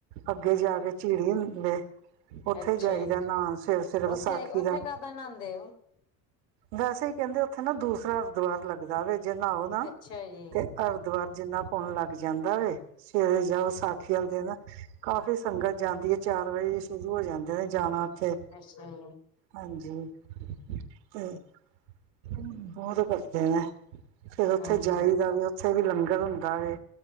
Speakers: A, on the right; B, on the left.
A: ਅੱਗੇ ਜਾ ਕੇ ਝਿੜੀ ਲੇ ਉੱਥੇ
B: ਅੱਛਾ
A: ਜਾਈਦਾ
B: ਜੀ,
A: ਨਹਾਉਣ ਸਵੇਰੇ ਸਵੇਰੇ ਵਿਸਾਖੀ
B: ਉੱਥੇ ਉੱਥੇ
A: ਦਾ
B: ਕਾਹਦਾ ਨਹਾਉਂਦੇ ਹੋ?
A: ਵੈਸੇ ਹੀ ਕਹਿੰਦੇ ਉੱਥੇ ਨਾ ਦੂਸਰਾ ਹਰਿਦੁਆਰ ਲੱਗਦਾ ਜ ਨਓ ਨਾ
B: ਅੱਛਾ ਜੀ।
A: ਤੇ ਹਰਿਦੁਵਰ ਜਿੰਨਾ ਪੁਨ ਲੱਗ ਜਾਂਦਾ ਵ ਸਵੇਰੇ ਜਾਂ ਵਿਸਾਖੀ ਵਾਲੇ ਦਿਨ ਕਾਫੀ ਸੰਗਤ ਜਾਂਦੀ ਹੈ ਚਾਰ ਵਜੇ ਸ਼ੁਰੂ ਹੋ ਜਾਂਦੇ ਨੇ ਜਾਣਾ ਫ
B: ਅੱਛਾ ਜੀ,
A: ਹਾਂਜੀ ਤੇ ਬਹੁਤ ਕੱਟਦੇ ਨੇ ਫੇਿਰ ਉੱਥੇ
B: ਹੂੰ-ਹੂੰ,
A: ਜਾਈ ਦਾ ਵੀ ਉੱਥੇ ਵੀ ਲੰਗਰ ਹੁੰਦਾ ਵ